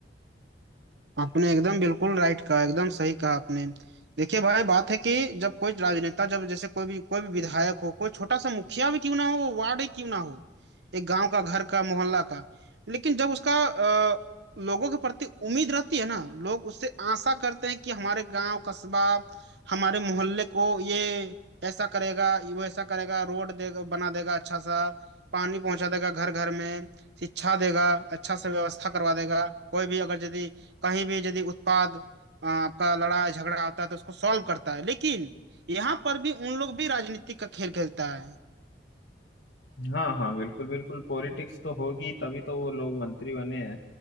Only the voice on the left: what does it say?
हाँ हाँ बिल्कुल बिल्कुल पॉलिटिक्स तो होगी तभी तो वो लोग मंत्री बने हैं